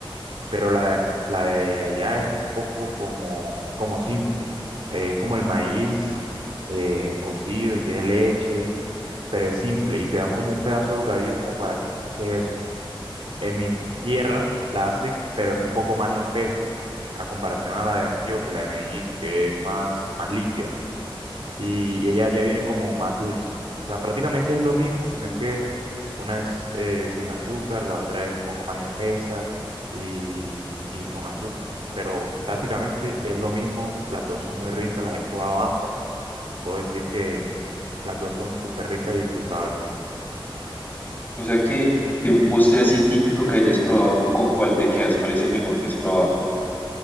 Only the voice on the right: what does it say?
pero la de, ac- la de allá es un poco como, como simple. Eh, es como el maíz eh, cocido y tiene leche, pero es simple y te dan como un pedazo de bocadillo como para que endulces eso. En mi tierra la hacen, pero es un poco más espesa a comparación a la de Antioquia y la de Medellín, que es más, más líquida. Y, y ella ya viene como más dulce. O sea, prácticamente es lo mismo, sino es que una es eh, sin azúcar, la otra es un poco más espesa y, y con azúcar. Pero prácticamente es lo mismo, las dos son muy ricas, las he probado ambas. Puedo decir que las dos son súper ricas y disfrutables.